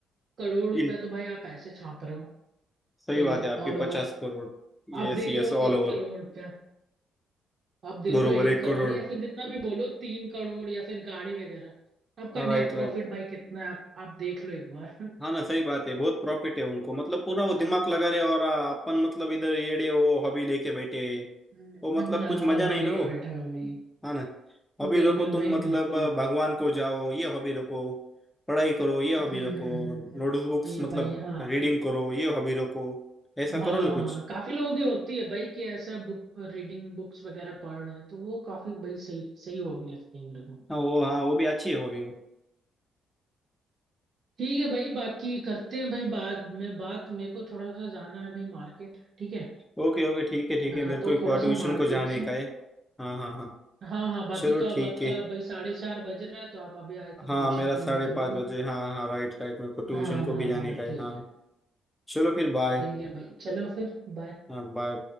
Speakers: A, on the right; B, in the centre.
A: करोड़
B: इन-
A: रुपया तो भाई आप ऐसे छाप रहे हो
B: सही
A: ठीक
B: बात
A: है
B: है आपकी
A: ऑल ओवर
B: पचास crore
A: आप
B: Yes
A: दे
B: yes
A: रहे हो
B: all
A: एक
B: over
A: करोड़ रुपया आप दे
B: बरोबर
A: रहे हो एक
B: एक
A: करोड़
B: करोड़
A: या फिर जितना भी बोलो तीन करोड़ या फिर गाड़ी वगैरह आपका
B: हाँ
A: नेट
B: राइट
A: प्रॉफिट
B: राइट
A: भाई कितना है आप आप देख लो एक बार
B: हाँ ना सही बात है बहुत प्रॉफिट है उनको मतलब पूरा वो दिमाग लगा रहे और आ, अपन मतलब इधर येड़े वो हॉबी लेके बैठे हैं,
A: हाँ,
B: वो मतलब कुछ मजा
A: हॉबी
B: नहीं
A: लेके
B: ना वो
A: बैठा हो भाई
B: हाँ ना हॉबी
A: बिल्कुल
B: रखो तुम
A: भाई
B: मतलब
A: बिल्कुल
B: आ, भगवान को जाओ ये हॉबी रखो पढ़ाई करो ये हॉबी
A: हम्म
B: रखो
A: हम्म, हम्म, हम्म,
B: नोटबुक्स
A: ये
B: मतलब
A: भाई हाँ
B: रीडिंग
A: भाई
B: करो ये हॉबी रखो ऐसा करो
A: हाँ
B: ना
A: हाँ
B: कुछ
A: काफी लोगों की होती है भाई कि ऐसा बुक रीडिंग बुक्स वगैरह पढ़ रहे हैं तो वो काफी भाई सही सही होगी लगती है मेरे को
B: हाँ वो हाँ वो भी अच्छी है हॉबी वो
A: ठीक है भाई बाकी करते हैं भाई बाद में बात मेरे को थोड़ा सा जाना है भाई मार्केट ठीक है
B: ओके ओके ठीक है ठीक
A: मैं
B: है मेरे
A: आता
B: को
A: हूँ
B: एक
A: थोड़ा
B: ट्यूशन
A: सा मार्केट
B: को जाने
A: से
B: का है हाँ हाँ हाँ
A: हाँ हाँ बाकी
B: चलो
A: तो अब
B: ठीक
A: आपका
B: है
A: भाई साढ़े चार बज रहा है तो आप अभी आई थिंक
B: हाँ
A: ट्यूशन
B: मेरा
A: के
B: साढ़े
A: लिए निकलोगे
B: पाँच बजे हाँ हाँ राइट राइट मेरे को ट्यूशन
A: हाँ
B: को
A: हाँ
B: भी जाने
A: हाँ
B: का है
A: ठीक
B: हाँ
A: है
B: चलो फिर बाय
A: ठीक है भाई चलो फिर बाय
B: हाँ बाय